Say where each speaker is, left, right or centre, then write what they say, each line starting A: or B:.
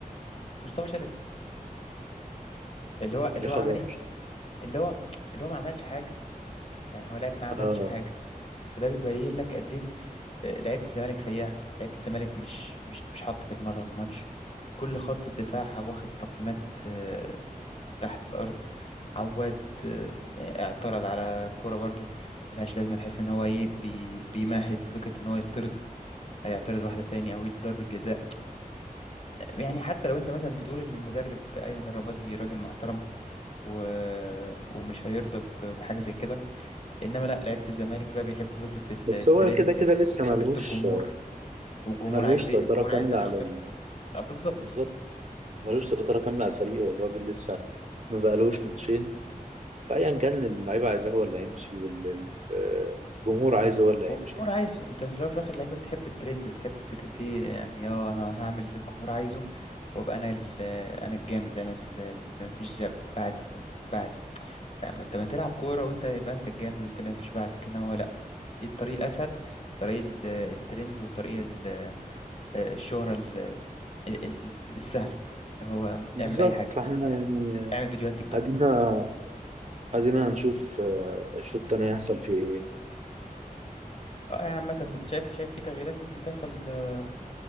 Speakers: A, on the left (about 50°); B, on the right (about 55°).
A: مصطفى شلبي اللي هو اللي
B: يا خبر
A: هو عمل ايه اللي هو اللي هو ما عملش حاجه يعني هو لاعب ما عملش
B: اه
A: حاجه فده بيبين لك قد ايه آه، لعيبه الزمالك سيئه لعيبه الزمالك مش مش مش حاطه في دماغها الماتش كل خط الدفاع واخد تقييمات آه، تحت الأرض عواد آه، اعترض على كورة برضو ملهاش لازمة نحس إن هو إيه بي بيمهد لفكرة إن هو يطرد هيعترض واحدة تاني أو يدي ضربة جزاء يعني حتى لو أنت مثلا بتقول إن المدرب أيمن الرمادي راجل محترم و... ومش هيرضى ب- بحاجة زي كده إنما لا لعيبة الزمالك بقى بيحبوا فكرة الترند
B: بس هو كده كده لسه
A: وفكرة
B: ملهوش
A: الجمهور والجمهور
B: ملهوش
A: عايز
B: سيطرة
A: إيه الجمهور
B: كاملة
A: عايزنا
B: على
A: نخسر
B: ال...
A: آه، بالظبط
B: بالظبط ملوش سيطرة كاملة على الفريق والراجل لسه ما بقالهوش ماتشين فأيا كان اللعيبة عايزاه هو اللي هيمشي والجمهور عايزه هو اللي هيمشي
A: والجمهور
B: يعني.
A: عايزه انت في الاول وفي الاخر لعيبه بتحب الترند بتحب فكره ايه يعني اه انا هعمل اللي الجمهور عايزه وابقى انا ال- انا الجامد انا ال- اللي مفيش زي- بعد بعدي لا، ما انت ما تلعب كوره وانت يبقى انت الجامد انت اللي مفيش بعدك انما هو لا ايه الطريق الاسهل طريق ال- الترند وطريق ال- آه، الشهره ال- ال- ال- السهله اللي هو
B: بالظبط
A: اعمل اي حاجه
B: فاحنا
A: اه،
B: يعني
A: اعمل فيديوهات تيك توك
B: ادينا ادينا هنشوف آه، الشوط التاني هيحصل فيه ايه
A: اه يعني عامة شايف شايف في تغييرات ممكن تحصل اه،